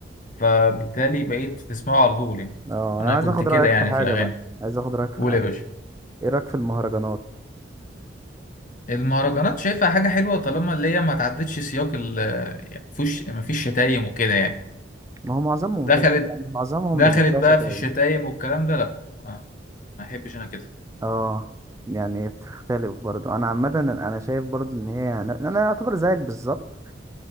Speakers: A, on the left (about 45°); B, on the right (about 15°).
A: فبالتالي بقيت بتسمعه على طول يعني
B: اه انا
A: أنا
B: عايز
A: كنت
B: اخد
A: كده
B: رأيك
A: يعني
B: في حاجة
A: في الأغاني
B: بقى عايز اخد رأيك في
A: قول
B: حاجة
A: يا باشا
B: ايه رأيك في المهرجانات
A: المهرجانات شايفها حاجة حلوة طالما اللي هي ما تعدتش سياق ال يعني مفيش مفيش شتايم وكده يعني
B: ما هو معظمهم
A: دخلت
B: فاهم يعني معظمهم
A: دخلت
B: بيبقى فيها
A: بقى
B: شتايم
A: في الشتايم والكلام ده لا ما ما احبش انا كده
B: اه يعني بتختلف برضو انا عامة انا شايف برضو ان هي انا أنا اعتبر زيك بالظبط